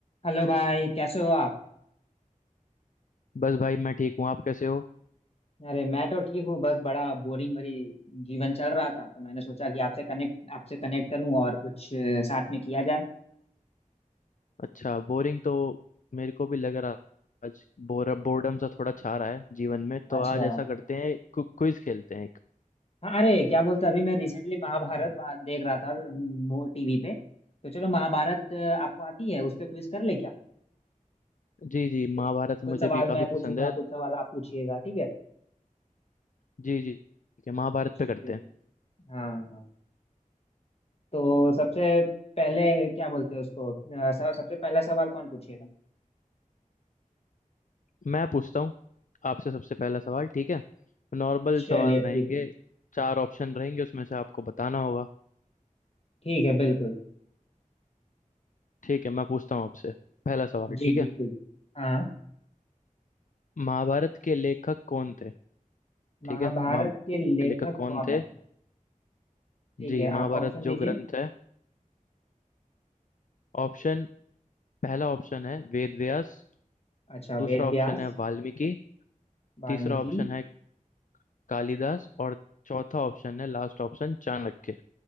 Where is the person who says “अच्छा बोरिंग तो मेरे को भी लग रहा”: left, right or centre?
Left